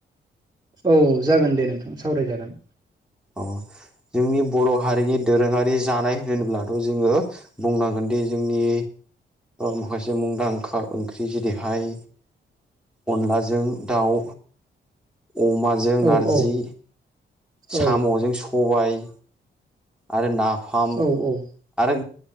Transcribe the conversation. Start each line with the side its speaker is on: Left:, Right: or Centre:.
Right: औ जागोन दे नोंथां सावरायजागोन।
Centre: अ जोंनि बर' हारिनि दोरोङारि जानाय होनोब्लाथ' जोङो बुंनांगोनदि जोंनि माखासे मुंदांखा ओंख्रि जेरैहाय अनलाजों दाउ, अमाजों नारजि,
Right: औ औ
Centre: साम'जों
Right: औ
Centre: सबाय, आरो नाफाम
Right: औ औ
Centre: आरो